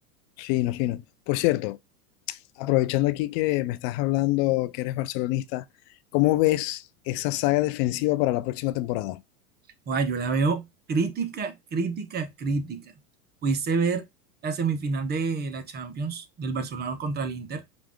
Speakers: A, on the left; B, on the right.
A: fino, fino. Por cierto, Aprovechando aquí que me estás hablando que eres barcelonista, ¿cómo ves esa saga defensiva para la próxima temporada?
B: Guau, yo la veo crítica, crítica, crítica. Pudiste ver la semifinal de la Champions del Barcelona contra el Inter.